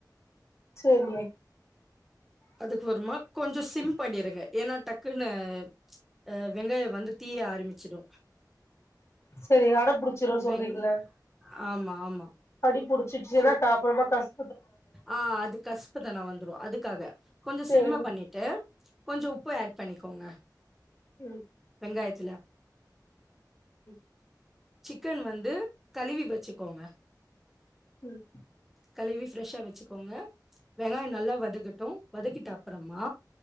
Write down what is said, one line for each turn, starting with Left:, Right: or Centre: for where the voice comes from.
Left: சரிங்க
Centre: அதுக்கப்புறமா கொஞ்சோ சிம் பண்ணிருங்க ஏன்னா டக்குன்னு ஆ வெங்காயோ வந்து தீய ஆரம்பிச்சிடு
Left: சேரி அடப்புடிச்சிருனு சொல்றீங்கில்ல
Centre: வெங் ஆமா, ஆமா.
Left: அடி புடிச்சிச்சினா
Centre: சோ
Left: கா அப்புறமா கஷ்
Centre: ஆ அது கசப்புத்தன்ன வந்துரு அதுக்காக கொஞ்ச
Left: செரிங்க
Centre: சிம்ம பண்ணிட் ட்டு கொஞ்ச உப்பு ஆட் பண்ணிக்கோங்க
Left: ம்
Centre: வெங்காயத்தில
Left: ம்
Centre: சிக்கன் வந்து கழுவி வச்சுக்கோங்க
Left: ம்
Centre: கழுவி ஃப் ஃபிரஷ்ஷா வச்சுக்கோங்க வெங்காயோ நல்லா வதக்கட்டு வதக்கிட்ட அப்பறமா